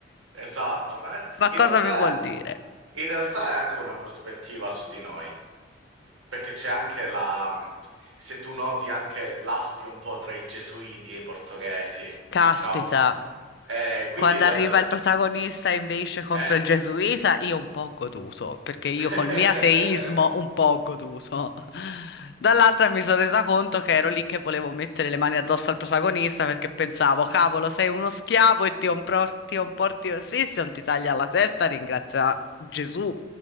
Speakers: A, on the right (about 85°); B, on the left (about 55°).
A: esatto. Ma
B: <laughs> Ma
A: in
B: cosa
A: realtà,
B: mi vuol dire?
A: in realtà è anche una prospettiva su di noi. Perché c'è anche la... Se tu noti anche l'asti un po' tra i gesuiti e i portoghesi,
B: Caspita,
A: no? Eh, quindi
B: Quando
A: in realtà...
B: arriva il protagonista e invece contro
A: Eh...
B: il gesuita, io un po' ho goduto, perché io
A: <laughs>
B: col mio ateismo un po' ho goduto. <laughs> Dall'altra mi sono resa conto che ero lì che volevo mettere le mani addosso al protagonista perché pensavo, cavolo, sei uno schiavo e ti comporti, comporti così, se non ti taglia la testa, ringrazia Gesù